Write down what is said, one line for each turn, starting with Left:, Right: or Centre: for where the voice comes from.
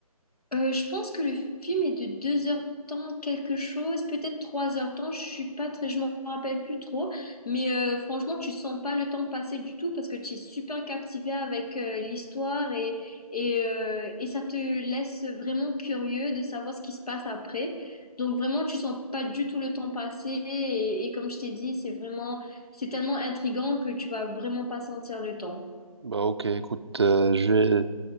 Left: Euh, je pense que le film est de deux heures temps quelque chose, peut-être trois heures temps, je suis pas très, je me rappelle plus trop, mais euh, franchement tu sens pas le temps passer du tout parce que tu es super captivé avec euh, l'histoire et et, euh, et ça te laisse vraiment curieux de savoir ce qui se passe après. Donc vraiment tu sens pas du tout le temps passer et, et comme je t'ai dit c'est vraiment c'est tellement intriguant que tu vas vraiment pas sentir le temps.
Right: Bah ok, écoute, euh, je vais,